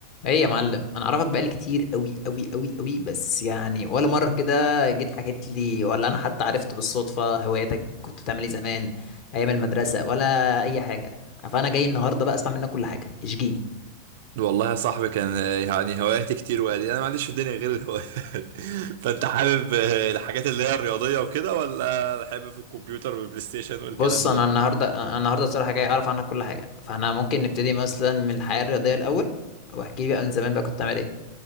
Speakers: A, on the left; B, on the right.
A: ايه يا معلم انا اعرفك بقالي كتير قوي قوي قوي قوي بس يعني ولا مره كده جيت حكيت لي ولا انا حتى عرفت بالصدفه هواياتك كنت بتعمل ايه زمان ايام المدرسه ولا اي حاجه فانا جاي النهارده بقى اسمع منك كل حاجه اشجيني
B: والله يا صاحبي كان آه، يعني هواياتي كتير وقال لي انا ما عنديش في الدنيا غير الهوايات <laughs> فانت حابب آه، الحاجات اللي هي الرياضيه وكده ولا حابب في الكمبيوتر والبلاي ستيشن والكلام
A: بص انا
B: ده
A: النهارده أنا النهارده الصراحه جاي اعرف عنك كل حاجه فاحنا ممكن نبتدي مثلا من الحياه الرياضيه الاول واحكي لي بقى من زمان بقى كنت بتعمل ايه